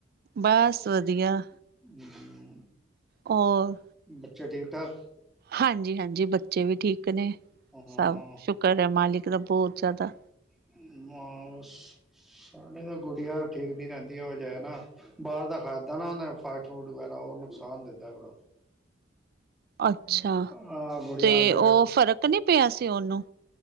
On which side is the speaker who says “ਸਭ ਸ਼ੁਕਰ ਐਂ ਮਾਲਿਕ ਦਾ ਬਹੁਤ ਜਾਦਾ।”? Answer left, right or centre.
Right